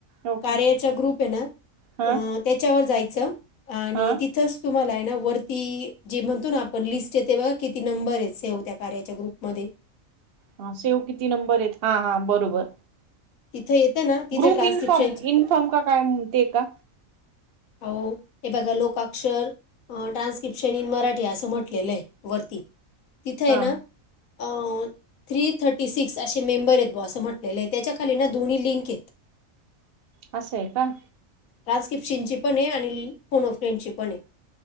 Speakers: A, on the right (about 55°); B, on the left (about 85°).
A: ओके
B: कार्याचा ग्रुप आहे ना
A: हा
B: त्याच्यावर जायचं आणि
A: हा
B: तिथच तुम्हाला आहे ना वरती जे म्हणतो ना आपण लिस्ट येते बघ किती नंबर आहे सेव त्या कार्याच्या ग्रुपमध्येध्ये
A: हा सेव किती नंबर आहेत. हा, हा, बरोबर.
B: तिथे येतं ना तिथे
A: ग्रुप
B: ट्रान्स्क्रिप्शन
A: इन्फॉर्म इन्फॉर्म का काय ते का
B: आ ए पाघ लोका अक्षर <inaudible> ट्रान्स्क्रिप्शन इन मराठी असं म्हटलेलं आहे वरती. तिथं आहे
A: हा
B: ना, अ थ्री थर्टी सिक्स असे मेंबर येत. असं म्हटलेलं आहे त्याच्या खाली ना दो्ही लिंक आहेत.
A: असं आहे का.
B: टारनकिप्शिंची पण आहे आणि फोनो फ्रेंडची पण आहे.